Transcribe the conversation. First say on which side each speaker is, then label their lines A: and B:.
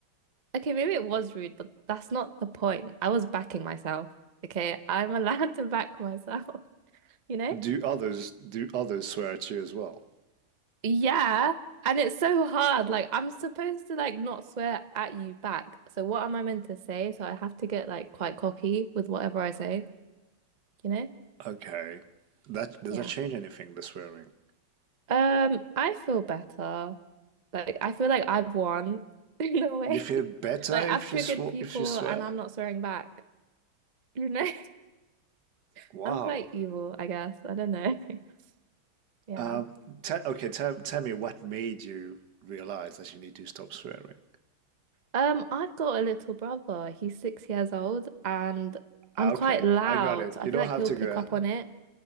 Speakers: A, on the right (about 40°); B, on the right (about 60°).
A: okay, maybe it was rude, but that's not the point. I was backing myself. Okay, I'm allowed <laughs> to back myself. you know?
B: Do others do others swear at you as well?
A: Yeah. And it's so hard. Like I'm supposed to like not swear at you back. So what am I meant to say? So I have to get like quite cocky with whatever I say, you know?
B: Okay. That does
A: Yeah.
B: that change anything, the swearing?
A: Um, I feel better. Like I feel like I've won <laughs> in a way.
B: You feel
A: <laughs>
B: better
A: Like I've
B: if
A: triggered
B: you sw
A: people
B: if you swear?
A: and I'm not swearing back, you know? <laughs>
B: Wow.
A: I'm quite evil, I guess. I don't know. <laughs> Yeah.
B: Um, te okay, tell tell me what made you realize that you need to stop swearing.
A: Um, I've got a little brother. He's six years old and
B: Ah,
A: I'm quite
B: Okay,
A: loud.
B: I got it.
A: I
B: You
A: feel
B: don't
A: like
B: have
A: he'll
B: to
A: pick
B: go.
A: up on it.